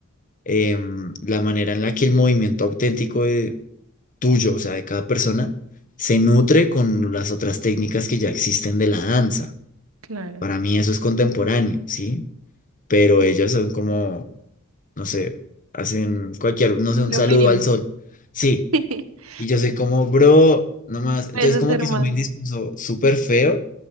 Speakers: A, on the left; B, on the right.
A: em, la manera en la que el movimiento auténtico tuyo, o sea, de cada persona, se nutre con las otras técnicas que ya existen de la danza.
B: claro.
A: Para mí eso es contemporáneo, ¿sí? Pero ellos son como, no sé, hacen cualquier, no sé, un
B: Lo
A: saludo
B: mínimo.
A: al sol. Sí,
B: <laughs>
A: y yo soy como, bro, nomás.
B: Puedes
A: Entonces
B: hacer
A: como que
B: más.
A: hizo me indispuso súper feo.